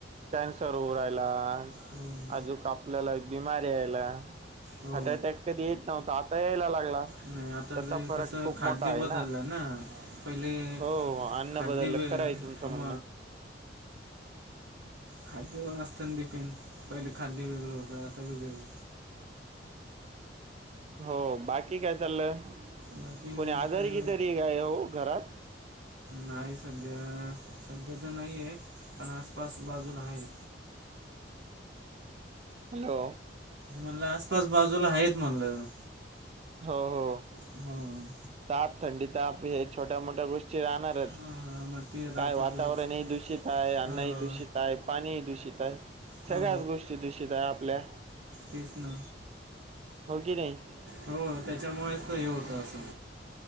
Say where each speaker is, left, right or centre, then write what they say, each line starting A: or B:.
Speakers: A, on the right (about 35°); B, on the right (about 80°).
A: कॅन्सर होऊ राहिला
B: हो
A: अजूक आपल्याला बिमारी यायला
B: हो
A: हार्ट अटॅक कधी येत नव्हत आता यायला लागला
B: नाही
A: त्याचा
B: आता ते
A: फरक
B: कसं
A: खूप
B: खाद्य
A: मोठा आहे
B: बदललंय ना पहिले
A: हो अन्न
B: खाद्यभ
A: बदललं खरं आहे तुमचं
B: आम
A: म्हणणं
B: खाद्यवर असत ना डिपेंड पहिले खाद्य वेगळं होतं आता वेगळें
A: हो बाकी काय चाललंय
B: बाकी
A: कोणी
B: नेम
A: आधार
B: काय
A: की तरी काय हो घरात
B: नाही सध्या सध्या तर नाही आहे पण आसपास बाजूला आहे
A: हॅलो
B: म्हणलं आसपास बाजूला आहेत म्हणलं
A: हो हो
B: हम्म
A: ताप थंडी ताप हे छोट्या मोठ्या गोष्टी राहणार
B: हां मग ते राहतातच
A: काय वातावरणही दूषित आहे अन्नही
B: हो
A: दूषित आहे पाणी दूषित आहे सगळ्याच
B: हो
A: गोष्टी दूषित आहे आपल्या
B: तेच ना
A: हो की नाही
B: हो त्याच्यामुळेच हे होतं असं